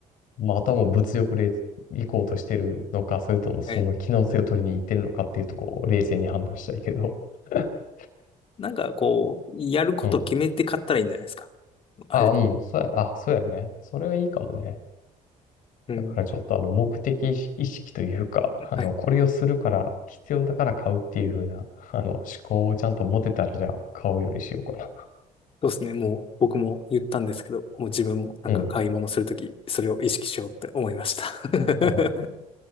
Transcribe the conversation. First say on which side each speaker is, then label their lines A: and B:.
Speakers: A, on the left (about 70°); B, on the left (about 40°).
A: まあ、あとはもう物欲で行こうとしてるのか、それともその機能性を取りに行ってるのかっていうとこを冷静に判断したいけど。
B: い。
A: <laughs>
B: なんか、こう、やること決めて買ったらいいんじゃないですか。
A: うん。
B: あれで。
A: あ、うん。そうや、あ、そうやね。それはいいかもね。
B: うん。
A: だからちょっとあの目的意識というか、あの、
B: はい。
A: これをするから、必要だから買うっていう風な、あの、思考をちゃんと持てたら、じゃあ買うようにしようかな。
B: そうですね。もう僕も言ったんですけど、もう自分もなんか買い物するとき、
A: うん。
B: それを意識しようって思いました。<laughs>
A: あ